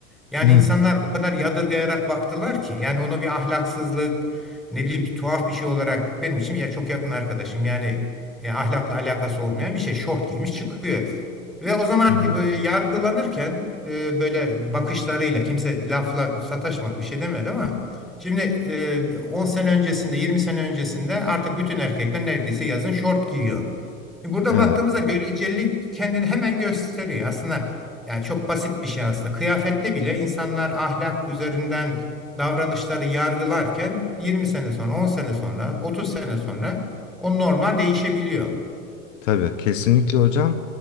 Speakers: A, in the centre; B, on the left (about 70°).
A: Yani
B: <laughs> Hı
A: insanlar o kadar yadırgayarak baktılar ki yani onu bir ahlaksızlık ne bileyim bir tuhaf bir şey olarak benim için ya çok yakın arkadaşım yani e, ahlakla alakası olmayan bir şey şort giymiş çıkıyor. Ve o zaman
B: hı.
A: e, böyle yargılanırken e, böyle bakışlarıyla kimse lafla sataşmadı bir şey demedi ama şimdi e, 10 sene öncesinde 20 sene öncesinde artık bütün erkekler neredeyse yazın şort giyiyor. Burada
B: Evet.
A: baktığımızda görecelilik kendini hemen gösteriyor. Aslında yani çok basit bir şey aslında. Kıyafette bile insanlar ahlak üzerinden davranışları yargılarken 20 sene sonra, 10 sene sonra, 30 sene sonra o normlar değişebiliyor.
B: Tabii. Kesinlikle hocam.